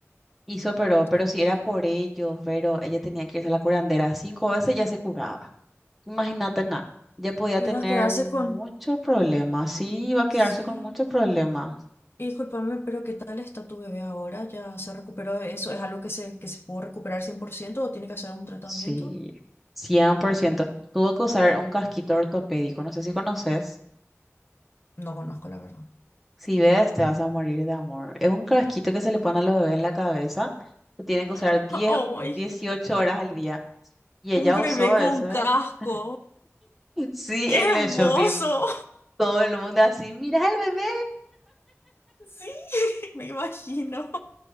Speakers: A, in the centre; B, on the left (about 50°).
A: y se operó, pero
B: Dios
A: si
B: mío.
A: era por ellos, pero ella tenía que irse a la curandera cinco veces ya se curaba. Imagínate nada, ya podía tener
B: Ibas a quedarse
A: muchos
B: con...
A: problemas, sí, iba a quedarse
B: Sí.
A: con muchos problemas.
B: Y discúlpame, pero ¿qué tal está tu bebé ahora? ¿Ya se recuperó de eso? ¿Es algo que se, que se pudo recuperar 100% o tiene que hacer un tratamiento?
A: Sí, 100%. Tuvo que usar un casquito ortopédico, no sé si conoces.
B: No conozco, la verdad.
A: Si ves, te vas a morir de amor. Es un casquito que se le pone a los bebés en la cabeza, que tienen que usar
B: <laughs>
A: diez,
B: ¡Ay!
A: dieciocho horas al día. Y ella
B: Un bebé
A: usó ese.
B: con casco.
A: <laughs> Sí,
B: ¡Qué
A: en el
B: hermoso!
A: shopping. Todo el mundo así, mira el bebé.
B: Sí, <laughs> me imagino.